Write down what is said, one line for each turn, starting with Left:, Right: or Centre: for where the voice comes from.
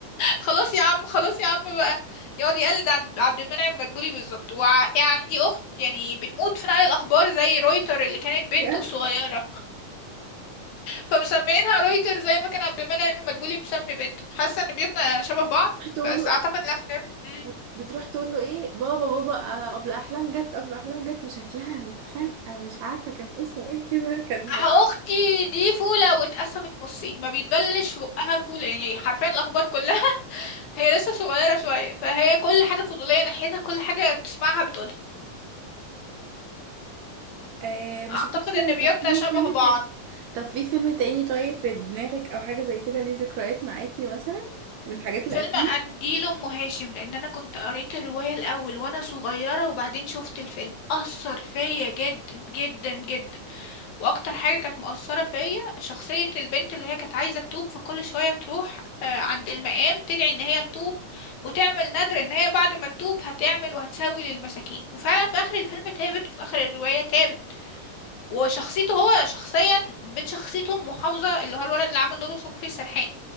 Left: خلاص يا عم خلاص يا عم بقى يقعد يقلد عن عبد المنعم مدبولي بالظبط وعندي اخت يعني بتموت في نقل الاخبار زي رويتر اللي كانت بنته
Right: بجد
Left: صغيره فمسميينها رويتر زي ما كان عبد المنعم مدبولي مسمي بنته حاسه ان بيوتنا شبه بعض
Right: تقولوا
Left: بس اعتقد الافلام مم.
Right: بت- بتروح تقول له ايه بابا بابا آه، قبل احلام جت قبل احلام جت وشكلها متخانقه مش عارفه كان اسمه ايه كده كان
Left: أه، اختي دي فوله واتقسمت نصين ما بيتبلش في بقها فوله يعني حرفيا الاخبار كلها <laughs> هي لسه صغيره شويه فهي كل حاجه فضوليه ناحيتها كل حاجه بتسمعها بتقولها
Right: آه مش
Left: اعتقد
Right: فاكره
Left: ان
Right: طب
Left: بيوتنا
Right: في
Left: شبه
Right: فيلم
Left: بعض
Right: تاني طب في فيلم تاني طيب في دماغك او حاجه زي كده ليه ذكريات معاكي مثلا من الحاجات القديمه
Left: فيلم قنديل ام هاشم لان انا كنت قريت الرواية الاول وانا صغيرة وبعدين شفت الفيلم اثر فيا جدا جدا جدا واكتر حاجة كانت مؤثرة فيا شخصية البنت اللي هي كانت عايزة تتوب فكل شوية تروح آه، عند المقام تدعي ان هي تتوب وتعمل نذر ان هي بعد ما تتوب هتعمل وهتسوي للمساكين وفعلا في اخر الفيلم تابت وفي اخر الرواية تابت وشخصيته هو شخصيا بين شخصيته المحافظة اللي هو الولد اللي عمل دوره سكري سرحان